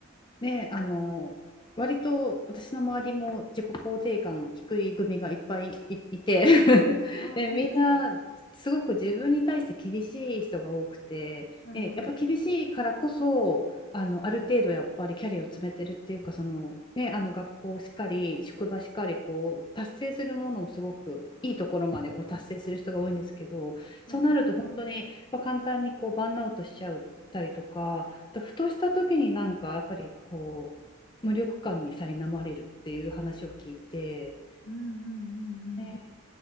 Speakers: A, on the left (about 20°); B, on the left (about 70°).
A: ね、あの、割と私の周りも自己肯定感低い組がいっぱいい、いて <laughs>
B: ああ、
A: で、
B: 本当ですか
A: みんなすごく自分に対して厳しい人が多くて、
B: はいはい。
A: で、やっぱ厳しいからこそ、あの、ある程度やっぱりキャリアを詰めてるっていうか、その、ね、あの学校しっかり、職場しっかり、こう、達成するものをすごくいいところまでこう達成する人が多いんですけど、
B: はいはい。
A: そうなると本当にやっぱ簡単にこうバーンアウトしちゃったりとか、とふとした時になんかやっぱりこう無力感に苛まれるっていう話を聞いて、
B: うんうんうんうん。
A: えー